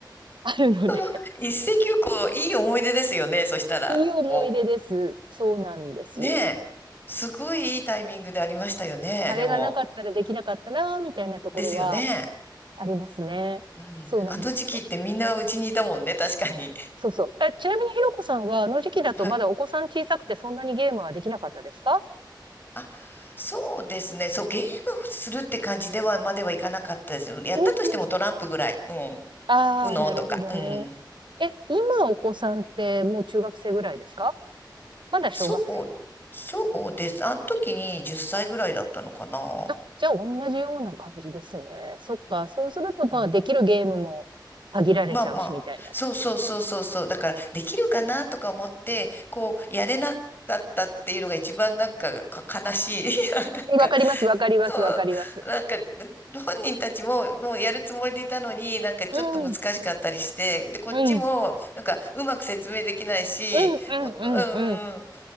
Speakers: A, on the right; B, on the left.
A: あるので
B: その、一石をこう、いい思い出ですよね。そしたら。
A: いい思い出です。
B: こう
A: そうなんですよ。
B: ねえ、すごいいいタイミングでありましたよね、
A: あれがなかったらできなかったな、
B: でも。
A: みたいなところは
B: ですよね。
A: ありますね。
B: うん。
A: そうなんですよ。
B: あの時期ってみんなうちにいたもんね、確かに。
A: そうそう。え、ちなみにひろこさんは、あの時期だとまだお子さん小さくてそんなにゲームはできなかったですか
B: <laughs> はい。あ、そうですね。そう、ゲームするって感じでは、まではいかなかったです。やったとしてもトランプぐらい。
A: うんうん。
B: うん。
A: ああ、
B: ウノとか。
A: なるほどね。
B: うん。
A: え、今お子さんってもう中学生ぐらいですかまだ小学生。
B: そう、そうです。あの時に10歳ぐらいだったのかな。
A: あ、じゃあ同じような感じですね。そっか。そうすると、まあ、
B: うん
A: できるゲームも限られちゃうし、
B: まあまあ、
A: みたいな。
B: そうそうそうそうそう。だから、できるかなとか思って、こう、やれなかったっていうのが一番なんか、か悲しい。<laughs> なんか、
A: わかります、わかります、
B: そう、
A: わかります。
B: なんか、本人たちも、もうやるつもりでいたのに、なんかちょっと難しかったりして、
A: うん。
B: で、こっちも、
A: うん。
B: なんか、うまく説明できないし、
A: うんうんうんうん。
B: もっと、うんうん、